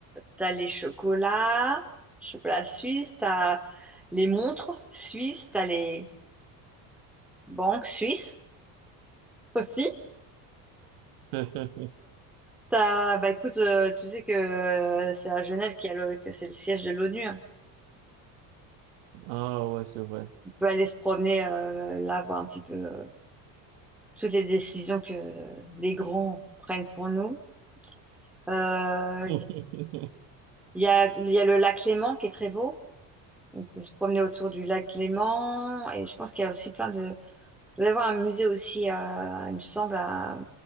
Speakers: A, in the centre; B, on the right.
A: t'as les chocolats, chocolat suisse, t'as les montres suisses, t'as les banques suisses aussi.
B: <laughs>
A: T'as, bah écoute, euh, tu sais que euh, c'est à Genève qu'il y a le- que c'est le siège de l'ONU. hein.
B: Ah ouais, c'est vrai.
A: peut aller se promener euh, là, voir un petit peu euh, toutes les décisions que les grands prennent pour nous. Euh,
B: <laughs>
A: Il y a, il y a le lac Léman qui est très beau. On peut se promener autour du lac Léman. Et je pense qu'il y a aussi plein de... Il doit y avoir un musée aussi, euh, il me semble, à-